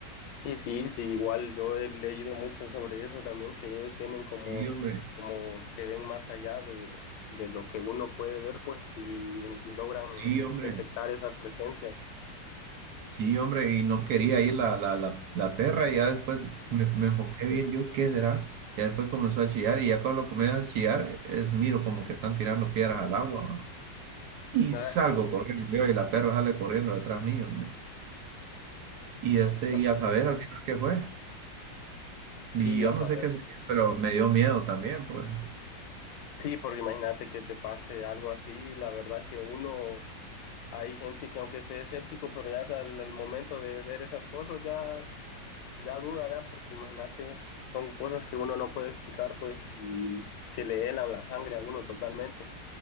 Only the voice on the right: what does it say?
Sí, hombre,
sí, hombre,
sí, hombre, y no quería ir la, la, la, la perra y ya después me, me enfoqué bien yo, ¿qué será? Ya después comenzó a chillar y ya cuando comienza a chillar, es miro como que están tirando piedras al agua. Y
salgo corriendo yo y la perra sale corriendo detrás mío. man. Y este,
y a saber al final qué fue. Y
yo
no
sé qué sería, pero me dio miedo también, pues.